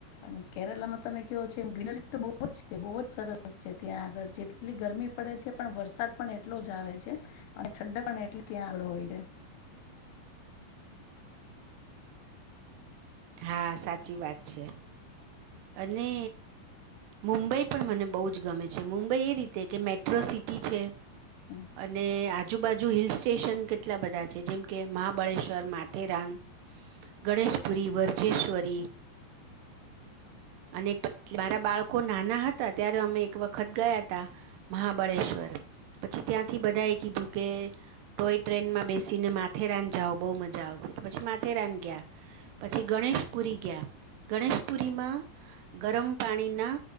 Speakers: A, on the left; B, on the right.
A: અને કેરાલા માં તમે કેવો છેમ ગ તો બહુ જ છે બહુ જ સરસ બસ છે ત્યાં આગળ જેટલી ગરમી પડે છે પણ વરસાદ પણ એટલો જ આવે છે, અને ઠંડ પણ એટલી ત્યાં આવળો હોય છે.
B: હા સાચી વાત છે, અને મુંબઈ પણ મને બહુ જ ગમે છે. મુંબઈ એ રીતે કે મેટ્રો સિટી છે.
A: હમ
B: અને આજુબાજુ હિલ સ્ટેશન કેટલા બધા છે. જેમકે મહાબળેશ્વર, માથેરાન, ગણેશપુરી, વર્જેશ્વરી. અને <unintelligible> મારા બાળકો નાના હતા, ત્યારે અમે એક વખત ગયા હતા મહાબળેશ્વર. પછી ત્યાંથી બધાએ કીધું કે ટોય ટ્રેનમાં બેસીને માથેરાન જાઓ બહુ મજા આવશે. પછી માથેરાન ગયા. પછી ગણેશપુરી ગયા. ગણેશપુરીમાં ગરમ પાણીના